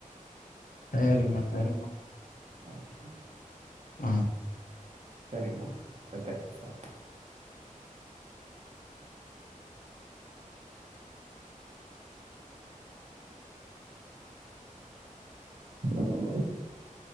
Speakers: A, on the left; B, on the right.
A: சேரிம்மா சரிம்மா
B: ஓகே
A: ஆ
B: செரிங்கண்ணா சரி தேங்க்யூ பா ஹலோவ்